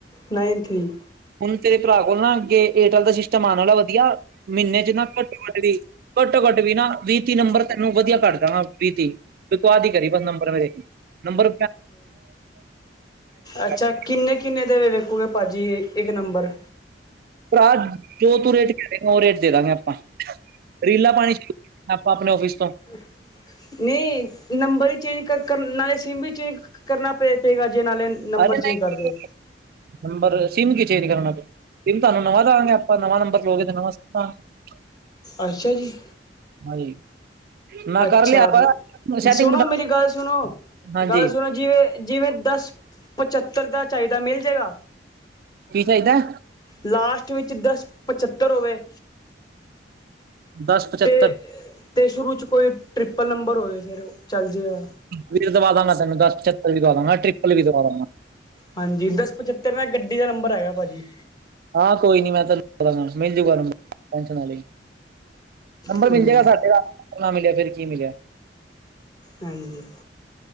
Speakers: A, on the left; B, on the right.
A: nine three.
B: ਹੁਣ ਤੇਰੇ ਭਰਾ ਕੋਲ ਨਾ, ਅੱਗੇ ਏਅਰਟੈਲ ਦਾ, ਸਿਸਟਮ ਆਉਣ ਵਾਲਾ, ਵਧੀਆ ਮਹੀਨੇ ਚ ਨਾ ਘੱਟ ਘੱਟੋ- ਘੱਟ, ਵੀ ਨਾ। ਵੀ, ਤੀਹ ਨੰਬਰ ਤੈਨੂੰ ਵਧੀਆ ਕਰ ਦਾਵਾ, ਵੀ, ਤੀਹ। ਇੱਕ ਬਾਦ ਹੀ, ਕਰੀ ਬਸ ਨੰਬਰ ਮੇਰੇ। ਨੰਬਰ
A: ਅੱਛਾ
B: <unintelligible>
A: ਕਿੰਨੇ- ਕਿੰਨੇ, ਦੇ, ਵੇਕੋਗੇ ਭੱਜੀ, ਇੱਕ ਨੰਬਰ।
B: ਭਰਾ, ਜੋ ਤੂੰ ਰੇਟ ਕਰੇਗਾ। ਉਹ ਰੇਟ ਦੇ ਦਾਂਗੇ ਆਪਾਂ। ਰਰੀਲਾ ਪਾਣੀ ਸ਼ੁਰੂ, ਕੀਤੀ ਨਾ। ਆਪਾਂ ਆਪਣੇ ਆਫਿਸ ਤੋਂ।
A: ਅ <unintelligible> ਨਹੀਂ ਨੰਬਰ ਵੀ, ਚੇਂਜ ਕ ਕ ਕਰਨਾ ਹੈ। ਸਿੰਮ ਵੀ ਚੇਂਜ ਕ ਕਰਨਾ ਪਏ ਜਾਏਗਾ। ਜੇ ਨਾਲੇ ਨੰਬਰ
B: ਅਰੇ
A: ਚੇਂਜ
B: ਨਹੀਂ,
A: ਕਰ ਲਿਓ
B: ਨੰਬਰ ਸਿਮ ਕੀ, ਚੇਂਜ ਕਰਨਾ ਪ ਸਿਮ ਤੁਹਾਨੂੰ ਨਵਾਂ, ਦਵਾਂਗੇ ਆਪਾਂ। ਨਵਾਂ ਨੰਬਰ ਲਗੇ ਤੇ ਨਵਾਂ ਸੀਮ ਦਵਾਂਗੇ।
A: ਅੱਛਾ ਜੀ।
B: ਹਾਂਜੀ। ਮੈਂ
A: ਅੱਛਾ।
B: ਕਰ ਲਿਆ
A: ਫੇਰ,
B: ਵਾ ਸੈਟਿੰਗ
A: ਸੁਣੋ
B: ਬਿਠਾ
A: ਮੇਰੀ ਗੱਲ ਸੁਣੋ।
B: ਹਾਂਜੀ
A: ਗਾਲ ਸੁਣੋ ਜੀਵੇ ਜਿਵੇਂ, ਦਸ, ਪਚੱਤਰ ਦਾ, ਚਾਹੀਦਾ। ਮਿਲ ਜੇਗਾ।
B: ਕੀ ਚਾਹੀਦਾ?
A: ਲਾਸਟ ਵਿੱਚ, ਦਸ, ਪਝੱਤਰ ਹੋਵੇ।
B: ਦਸ ਪਚੱਤਰ
A: ਤੇ, ਤੇ ਸ਼ੁਰੂ ਚ। ਕੋਈ ਟ੍ਰਿਪਲ ਨੰਬਰ, ਹੋਵੇ ਫੇਰ ਚੱਲ ਜਾਏਗਾ।
B: ਵੀਰ, ਦਵਾ ਦਾਂਗਾ ਤੈਨੂੰ। ਦਸ, ਚਛੱਤਰ ਵੀ, ਦਵਾ ਦਵਾਂਗਾ। ਟ੍ਰਿਪਲ ਵੀ ਦਵਾ ਦਾਂਗਾ।
A: ਹਾਂਜੀ। ਦਸ, ਪਚੱਤਰ ਮੈਂ ਗੱਡੀ ਦਾ, ਨੰਬਰ ਹੈਗਾ ਭਾਜੀ।
B: ਹਾਂ ਕੋਈ ਨੀ, ਮੈਂ ਤੁਹਾਨੂੰ ਮਿਲ ਜੂਗਾ, ਨੰਬਰ ਟੈਂਸ਼ਨ ਨਾ ਲਈ। ਨੰਬਰ
A: ਹਾਂਜੀ
B: ਮਿਲ ਜਾਏਗਾ, ਸਾਡੇ ਵਾਲਾ। ਨਾ ਮਿਲਿਆ, ਫੇਰ ਕੀ ਮਿਲਿਆ।
A: ਹਾਂਜੀ।